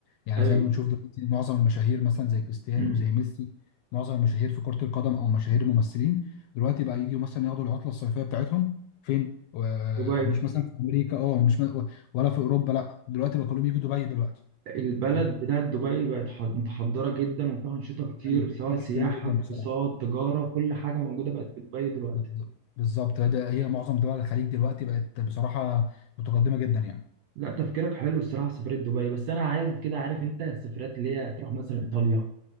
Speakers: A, on the left (about 75°); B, on the right (about 70°).
A: يعني
B: ايوه
A: زي ما بنشوف دلوقتي معظم المشاهير مثلا زي كريستيانو
B: <clears throat>
A: وزي ميسي معظم المشاهير في كرة القدم او مشاهير ممثلين دلوقتي بقى يجوا مثلا ياخدوا العطلة الصيفية بتاعتهم فين و-
B: دبي
A: مش مثلا في امريكا اه مش م... ولا في اوروبا لا دلوقتي بقى كلهم يجوا دبي دلوقتي
B: البلد
A: فاهم
B: بتاعت دبي بقت ح- متحضرة جدا وفيها أنشطة كتير
A: ايوه
B: سواء
A: جدا
B: سياحة
A: جدا
B: اقتصاد
A: بصراحة
B: تجارة كل حاجة موجودة بقت في دبي دلوقتي
A: بالظ- بالظبط ده هي معظم دول الخليج دلوقتي بقت بصراحه متقدمه جدا يعني
B: لا تفكيرك حلو الصراحه في سفريه دبي بس انا عايز كده عارف انت السفرات اللي هي تروح مثلا ايطاليا